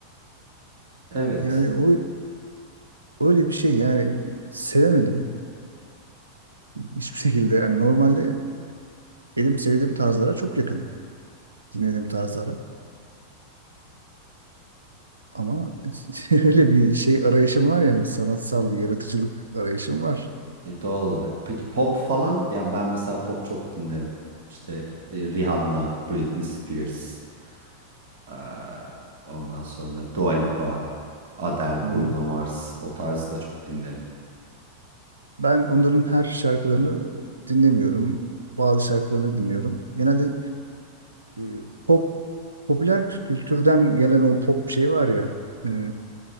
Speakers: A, on the right; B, on the right.
A: Evet.
B: Yani o öyle bir şey yani sevemedim hiçbir şekilde. Yani normalde benim sevdiğim tarzlara çok yakın dinlediğim tarzlara. Ama <laughs> öyle bir şey arayışım var yani sanatsal bir yaratıcılık arayışım var.
A: e, doğal olarak. Peki pop falan? Yani ben mesela pop çok dinlerim. İşte e, Rihanna, Britney Spears, eee, ondan sonra Dua Lipa, Adele,
B: Hı hı.
A: Bruno Mars o tarzı da çok dinlerim.
B: Ben onların her şarkılarını dinlemiyorum. Bazı şarkılarını dinliyorum. Genelde e, pop popüler kültürden gelen o pop şey var ya e,